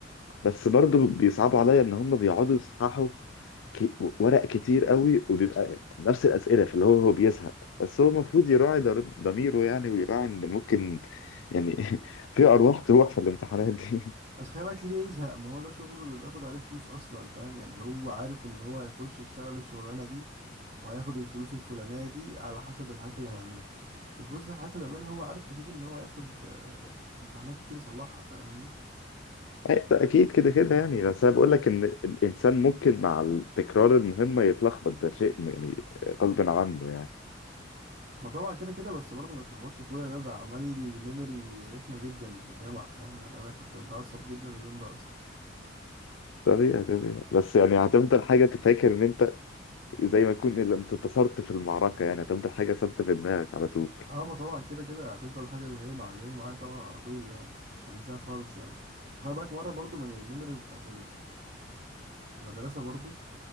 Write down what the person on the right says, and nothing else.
بس خلي بالك ليه يزهق ما هو ده شغله اللي بياخد عليه فلوس اصلا فاهم يعني هو عارف ان هو هيخش يشتغل الشغلانه دي وهياخد الفلوس الفلانيه دي على حسب الحاجات اللي هيعملها وفي وسط الحاجات اللي بيعملها هو عارف اكيد ان هو هياخد آه، امتحانات كتير يصلحها فاهمني
ما طبعا كده كده بس برضه ما يتلخبطش في كل ده ده عمل لي ميموري رخمه جدا في الجامعه فاهم يعني انا كنت متعصب جدا اليوم ده اصلا
اه ما طبعا كده كده هتفضل حاجه اللي هي معلمه معايا طبعا على طول يعني مش هنساها خالص يعني وخلي بالك مره برضه من الميموريز بتاعت المدرسة برضو